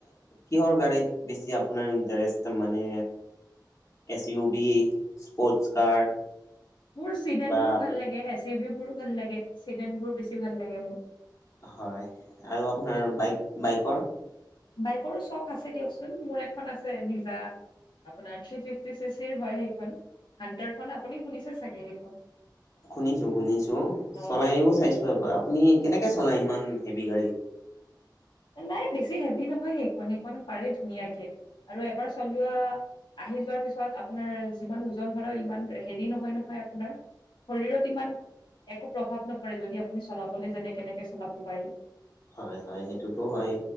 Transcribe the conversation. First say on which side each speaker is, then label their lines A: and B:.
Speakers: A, on the left; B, on the left.
A: কিহৰ গাড়ীত বেছি আপোনাৰ ইণ্টাৰেষ্ট মানে এছ ইউ বি, স্পৰ্টছ কাৰ
B: মোৰ ছিডেন
A: বা
B: বোৰ
A: আপোনাৰ
B: ভাল লাগে, এচি ভিউ বোৰো ভাল লাগে, চিডেন বোৰ বেছি ভাল লাগে মোৰ।
A: হয় আৰু আপোনাৰ বাইক-বাইকৰ?
B: বাইকৰো চখ আছে দিয়কচোন। মোৰ এখন আছে নিজা। আপোনাৰ থ্ৰী ফিফটি চি চিৰ হয় সেইখন। হণ্টাৰখন আপুনি শুনিছে চাগে সেইখন।
A: শুনিছোঁ- শুনিছোঁ,
B: অ
A: চলায়ও চাইছোঁ এবাৰ, আপুনি কেনেকৈ চলায় ইমান সেভি গাড়ী?
B: নাই, বেছি সেভি নহয় সেইখন। সেইখন পাৰে ধুনীয়াকে আৰু এবাৰ চলোৱা আহি যোৱাৰ পিছত আপোনাৰ যিমান ওজন ধৰ ইমান হেৰি নহয় নহয় আপোনাৰ। শৰীৰত ইমান একো প্ৰভাৱ নপৰে। যদি আপুনি চলাবলৈ জানে কেনেকে চলাব পাৰি।
A: হয় হয় সেইটোতো হয়ে।